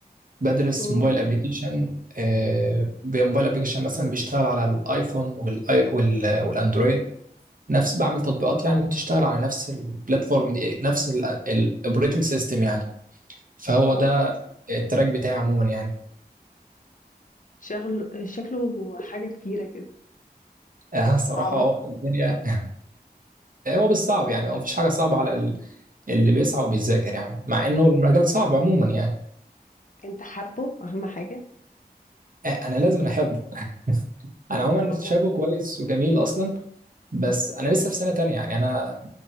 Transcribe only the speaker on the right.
بدرس
موبايل أبليكيشن آه، موبايل أبليكيشن مثلا بيشتغل على الآيفون والآي وال- والأندرويد نفس بعمل تطبيقات يعني بتشتغل على نفس البلاتفورم دي نفس الأوبريتنج سيستم يعني فهو
ده التراك بتاعي عموما يعني
<laughs> آه، الصراحة
اه الدنيا آه، هو بالصعب يعني هو مفيش حاجة صعبة على ال- اللي بيسعى وبيذاكر يعني مع إنه المجال صعب عموما يعني
آه، أنا لازم أنا أحبه <laughs> أنا عموما
شايفه كويس وجميل أصلا بس أنا لسه في سنة تانية يعني أنا